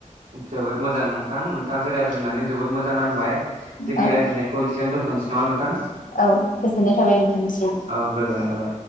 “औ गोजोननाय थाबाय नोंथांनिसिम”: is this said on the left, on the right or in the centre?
Left